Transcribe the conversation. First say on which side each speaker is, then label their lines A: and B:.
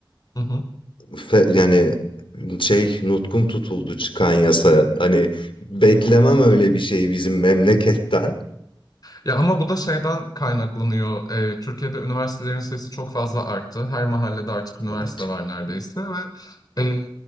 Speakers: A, on the left (about 50°); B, on the left (about 80°).
A: Hı hı.
B: Fe- yani şey nutkum tutuldu çıkan yasa. Hani beklemem öyle bir şeyi bizim memleketten.
A: Ya ama bu da şeyden kaynaklanıyor. Ee, Türkiye'de üniversitelerin sayısı çok fazla arttı. Her mahallede artık üniversite
B: Evet.
A: var neredeyse ve e,